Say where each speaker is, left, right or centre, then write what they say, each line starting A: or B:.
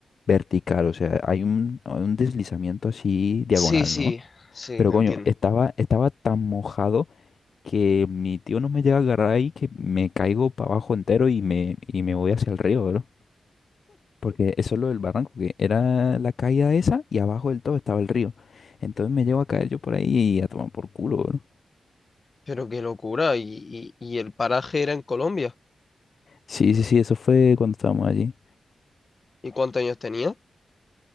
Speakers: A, on the left; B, on the left.
A: vertical, o sea, hay un, hay un deslizamiento así diagonal,
B: Sí, sí,
A: ¿no?
B: sí,
A: Pero
B: te
A: coño,
B: entiendo.
A: estaba, estaba tan mojado que mi tío no me llega a agarrar ahí que me caigo para abajo entero y me, y me voy hacia el río, Porque eso es lo del barranco, que era la caída esa y abajo del todo estaba el río. Entonces me llevo a caer yo por ahí y a tomar por culo, bro.
B: Pero qué locura. ¿Y, y, y el paraje era en Colombia?
A: Sí, sí, sí, eso fue cuando estábamos allí.
B: ¿Y cuántos años tenía?